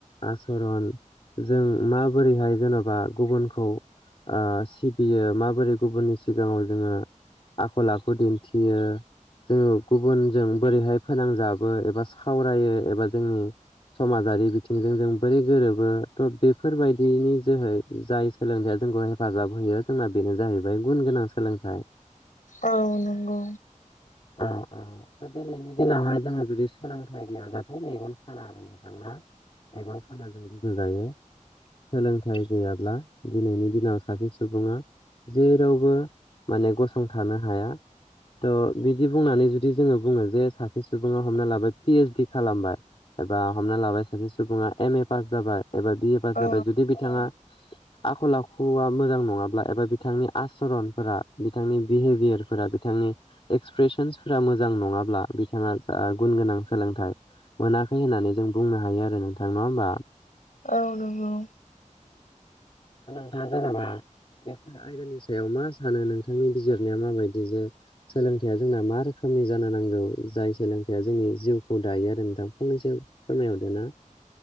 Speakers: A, on the left; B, on the left.
A: आसरन जों माबोरैहाय जेनेबा गुबुनखौ ओ सिबियो माबोरै गुबुननि सिगाङाव जोङो आखल आखु दिन्थियो जोङो गुबुनजों बोरैहाय फोनांजाबो एबा सावरायो एबा जोंनि समाजारि बिथिंजों जों बोरै गोरोबो थ' बेफोरबायदिनि जोहै जाय सोलोंथाइया जोंखौ हेफाजाब होयो जोंना बेनो जाहैबाय गुन गोनां सोलोंथाइ ।
B: औ नंगौ
A: औ औ दा दिनैनि दिनावहाय जोङो जुदि सोलोंथाइ गैयाबाथाय मेगन खाना आरो नोंथां ना एबा खानाजों रुजु जायो सोलोंथाइ गैयाब्ला दिनैनि दिनाव सासे सुबुङा जेरावबो माने गसंथानो हाया थ' बिदि बुंनानै जुदि जोङो बुङो जे सासे सुबुङा हमना लाबाय पि ओइस डि खालामबाय एबा हमना लाबाय सासे सुबुङा एम ए पास जाबाय एबा बि ए पास
B: औ
A: जाबाय जुदि बिथाङा आखल आखुआ मोजां नङाब्ला एबा बिथांनि आसरनफोरा बिथांनि बिहेभियारफोरा बिथांनि एक्सप्रेसनसफोरा मोजां नङाब्ला बिथाङा जा गुन गोनां सोलों <unintelligible> थाइ मोनाखै होननानै जों बुंनो हायो आरो नोंथां नङा होमबा?
B: औ नंगौ
A: नोंथां जेनेबा बे आयदानि सायाव मा सानो? नोंथांनि बिजिरनाया माबायदि जे सोलोंथाइया जोंना मा रोखोम नि जानो नांगौ जाय सोलोंथाइया जोंनि जिउखौ दायोआरो नोंथां फंनैसो फोरमायहरदो ना